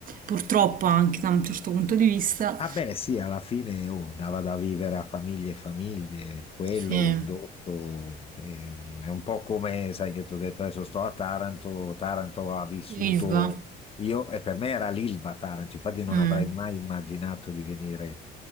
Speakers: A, on the right; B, on the left.
A: purtroppo anche da un certo punto di vista.
B: Ah beh, sì, alla fine oh, dava da vivere a famiglie e famiglie, quello,
A: Sì,
B: l'indotto, eh, è un po' come, sai che ti ho detto adesso sto a Taranto, Taranto ha vissuto,
A: Ilva.
B: io, e per me era l'Ilva Taranto, infatti non
A: mm.
B: avrei mai immaginato di venire